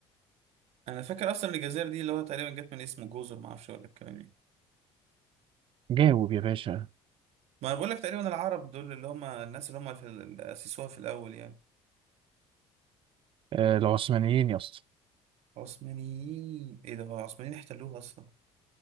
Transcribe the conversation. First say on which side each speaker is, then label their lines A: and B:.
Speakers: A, on the right; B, on the right.
A: انا فاكر اصلا الجزائر دي اللي هو تقريبا جت من اسم جزر ما اعرفش ولا الكلام ايه
B: جاوب يا باشا
A: ما بقول لك تقريبا العرب دول اللي هم الناس اللي هم في ال- اللي اسسوها في الاول يعني
B: آه العثمانيين يا اسطى
A: عثمانيين ايه ده هو العثمانيين احتلوها اصلا